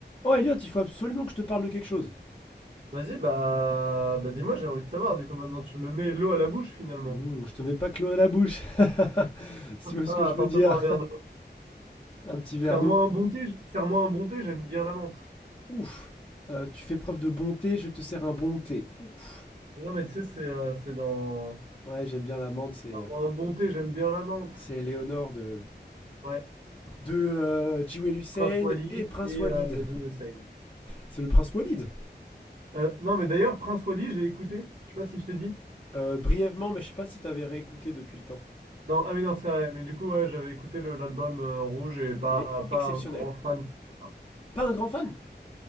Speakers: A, on the left; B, on the right.
A: Oh Elliot, il faut absolument que je te parle de quelque chose.
B: Vas-y, bah, bah dis-moi, j'ai envie de savoir. Du coup, maintenant, tu me mets l'eau à la bouche, finalement.
A: Hmm, je te mets pas Chloé à la bouche. <laughs> si tu vois ce
B: Ah,
A: que je
B: apporte-moi
A: veux dire.
B: un verre d'eau.
A: Un petit verre
B: Serre-moi
A: d'eau.
B: un bon thé, j- serre-moi un bon thé, j'aime bien la menthe.
A: Ouf. Euh, tu fais preuve de bonté, je te sers un bon thé. Ouf.
B: Mais non, mais tu sais, c'est euh, c'est dans...
A: Ouais, j'aime bien l'amande, c'est
B: Serre-moi
A: euh,
B: un bon thé, j'aime bien la menthe.
A: c'est Léonore de
B: Ouais,
A: de euh, Jewel Hussein
B: Prince Wally
A: et Prince
B: et
A: Walid.
B: euh, Jules Hussein.
A: C'est le Prince Walid.
B: Euh, non, mais d'ailleurs, Prince Wally, j'ai écouté. Je sais pas si je t'ai dit.
A: Euh, brièvement, mais je sais pas si t'avais réécouté depuis le temps.
B: Non, ah oui, non, c'est vrai. Mais du coup, ouais, j'avais écouté le- l'album euh, Rouge et pas,
A: Il est
B: pas
A: exceptionnel.
B: un grand fan. je sais pas.
A: Pas un grand fan